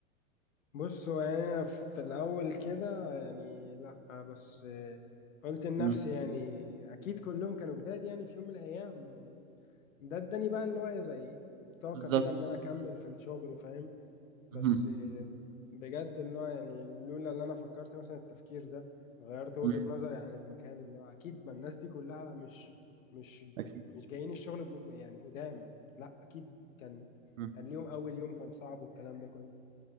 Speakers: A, on the left (about 80°); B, on the right (about 80°).
A: بص هو يعني أنا في الأول كده يعني لأ بس آه، قلت لنفسي
B: مم.
A: يعني أكيد كلهم كانوا جداد يعني في يوم من الأيام ده اداني بقى اللي هو إيه، زي طاقة
B: بالظبط
A: كده إن أنا أكمل في الشغل فاهم بس
B: مهم.
A: آه، بجد اللي هو يعني لولا اللي أنا فكرت مثلا التفكير ده غيرت وجهة
B: مم.
A: نظري عن المكان اللي هو أكيد ما الناس دي كلها مش مش
B: أكيد.
A: مش جايين الشغل جو- يعني قدام لأ أكيد كان
B: مم.
A: كان ليهم أول يوم كان صعب والكلام ده كله